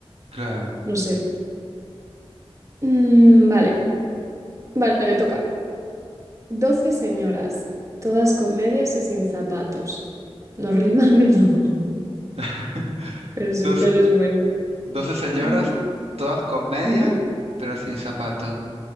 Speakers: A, on the right (about 85°); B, on the right (about 30°).
A: Claro.
B: No sé. Mm, vale, vale, me toca. Doce señoras, todas con medias y sin zapatos. No riman, <laughs> no,
A: <laughs>
B: pero es,
A: Doce,
B: pero es buena.
A: doce señoras,
B: Ujú,
A: todas con media,
B: ujú,
A: pero sin zapato.